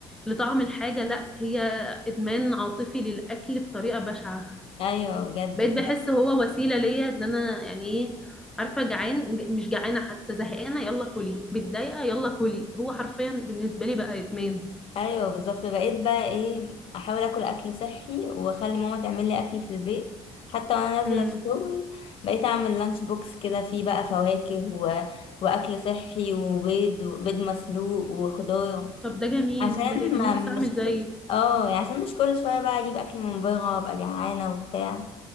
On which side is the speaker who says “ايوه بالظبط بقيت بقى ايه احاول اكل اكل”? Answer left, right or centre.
Left